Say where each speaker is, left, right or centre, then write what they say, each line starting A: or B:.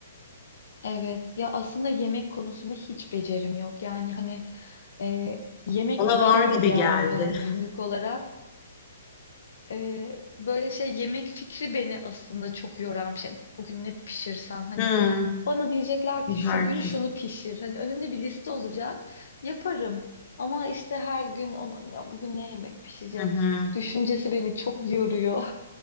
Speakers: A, on the left (about 65°); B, on the left (about 35°).
A: Evet. Ya aslında yemek konusunda hiç becerim yok. Yani hani e, yemek
B: Bana
A: fikrim
B: var gibi
A: de gelmiyor
B: geldi.
A: yani günlük olarak. Ee, böyle şey yemek fikri beni aslında çok yoran bir şey. Hani Bugün ne pişirsem hani
B: Hı.
A: bana diyecekler ki şu
B: Herkes.
A: gün şunu pişir. Hani önümde bir liste olacak. Yaparım. Ama işte her gün onun ya bugün ne yemek pişecek
B: Hı hı.
A: düşüncesi beni çok yoruyor.